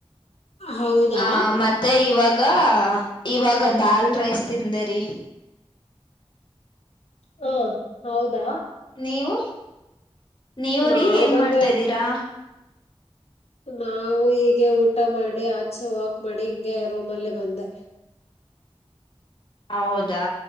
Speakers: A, on the left; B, on the left.
A: ಹೌದಾ
B: ಆ ಮ ಮತ್ತೆ <unintelligible> ಇವಾಗ ಇವಾಗ ದಾಲ್ ರೈಸ್ ತಿಂದೇರಿ.
A: ಹಾ ಹೌದಾ
B: ನೀವು ನೀವು
A: ನಾವ್
B: ರೀ ಏನ್
A: ಬಂದು
B: ಮಾಡ್ತಾ್ದೀರಾ?
A: ನಾವು ಹೀಗೆ ಊಟ ಮಾಡಿ ಆಚೆ ವಾಕ್ ಮಾಡಿ ಹಿಂಗೆ ರೋಮ್ ಅಲ್ಲೇ ಬಂದೆ.
B: ಹೌದಾ